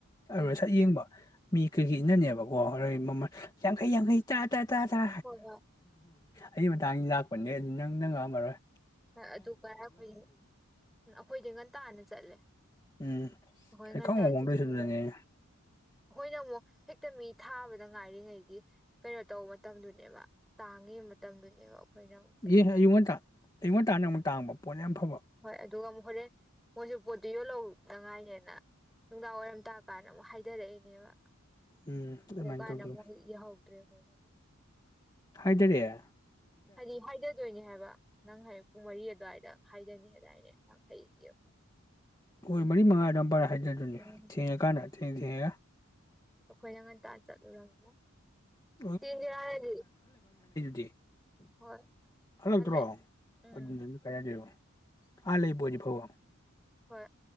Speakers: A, on the left; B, in the centre.
A: ꯑꯔꯨꯔ
B: ꯎꯝ
A: ꯁꯛ ꯌꯦꯡꯕ ꯃꯤ ꯀꯩꯒꯩ ꯏꯅꯅꯦꯕꯀꯣ ꯍꯣꯔꯦꯜ ꯃꯃꯜ ꯌꯥꯡꯈꯩ ꯌꯥꯡꯈꯩ ꯆꯥ ꯇ ꯇ ꯇ
B: ꯍꯣꯏ ꯍꯣꯏ
A: ꯑꯩꯒꯤ ꯃꯇꯥꯡ ꯂꯥꯛ ꯄꯨꯟꯖꯦ ꯅꯪ ꯅꯪ ꯉꯛꯝꯃꯔꯣꯏ
B: ꯑꯗꯨꯒ ꯑꯩꯈꯣꯏ ꯑꯩꯈꯣꯏꯗꯤ ꯉꯟꯇꯥꯅ ꯆꯠꯂꯦ
A: ꯎꯝ
B: ꯑꯩꯈꯣꯏ ꯉꯟꯇꯥꯅ
A: ꯀꯥꯡ ꯍꯣꯡꯗꯣꯏꯁꯤꯗꯅꯦ
B: ꯆꯠꯁꯤꯜꯂꯧꯔꯒ ꯑꯩꯈꯣꯏꯅ ꯑꯃꯨꯛ ꯍꯦꯛ ꯍꯦꯛꯇ ꯃꯤ ꯊꯥꯕꯗ ꯉꯥꯏꯔꯤꯉꯩꯒꯤ ꯀꯩꯅꯣ ꯇꯧꯕ ꯃꯇꯝꯗꯨꯅꯦꯕ ꯇꯥꯡꯉꯤꯕ ꯃꯇꯝꯗꯨꯅꯦꯕ ꯑꯩꯈꯣꯏꯅ ꯑꯃꯨꯛ ꯆꯠꯂꯤꯁꯦ
A: ꯑꯦ ꯑꯌꯨꯛ ꯉꯟꯇꯥ ꯑꯌꯨꯛ ꯉꯟꯇꯥꯅ ꯑꯃꯨꯛ ꯇꯥꯡꯕ ꯄꯣꯠꯅꯦ ꯌꯥꯝ ꯐ
B: ꯍꯣꯏ ꯑꯗꯨꯒ ꯑꯃꯨꯛ ꯍꯣꯔꯦꯟ ꯃꯣꯏꯁꯨ ꯄꯣꯠꯇꯨ ꯌꯣꯜꯍꯧꯅꯉꯥꯏꯅꯦꯅ ꯅꯨꯡꯗꯥꯡ ꯋꯥꯏꯔꯝ ꯇꯥꯀꯥꯟꯗ ꯑꯃꯨꯛ ꯍꯥꯏꯗꯔꯛꯏꯅꯦꯕ
A: ꯎꯝ ꯑꯗꯨꯃꯥꯏꯅ
B: ꯑꯗꯨ ꯀꯥꯟꯗ
A: ꯇꯧꯗꯣꯏꯅꯤ
B: ꯑꯃꯨꯛ ꯌꯥꯍꯧꯗ꯭ꯔꯦ ꯑꯩꯈꯣꯏꯗꯣ <inaudible>
A: ꯍꯥꯏꯗꯔꯦ
B: ꯍꯥꯏꯗꯤ ꯍꯥꯏꯗꯗꯣꯏꯅꯦ ꯍꯥꯏꯕ ꯅꯪ ꯍꯌꯦꯡ ꯄꯨꯡ ꯃꯔꯤ ꯑꯗꯨꯋꯥꯏꯗ ꯍꯥꯏꯗꯅꯤ ꯍꯥꯏꯗꯥꯏꯅꯦ ꯌꯥꯡꯈꯩꯒꯤ ꯑꯍꯨꯝ
A: ꯄꯣꯟ ꯃꯔꯤ ꯃꯉꯥ ꯑꯗꯨꯋꯥꯏꯝꯄꯥꯏꯗ ꯍꯥꯏꯗꯗꯨꯅꯦ
B: ꯎꯝ
A: ꯊꯦꯡꯉꯀꯥꯟꯗ <unintelligible>
B: ꯑꯩꯈꯣꯏꯅ ꯉꯟꯇꯥ ꯆꯠꯂꯨꯔꯕꯅꯤꯅ
A: <unintelligible>
B: ꯆꯦꯟꯖꯤꯔꯥꯅꯗꯤ
A: ꯗꯤ
B: ꯍꯣꯏ
A: ꯍꯜꯂꯛꯇ꯭ꯔꯣ
B: ꯍꯜꯂꯛꯑꯦ ꯎꯝ
A: ꯑꯗꯨꯝꯗꯗꯤ ꯀꯩ ꯍꯥꯏꯗꯣꯏꯕ ꯑꯥ ꯂꯩꯕꯣꯏꯗꯤ ꯐꯕ
B: ꯍꯣꯏ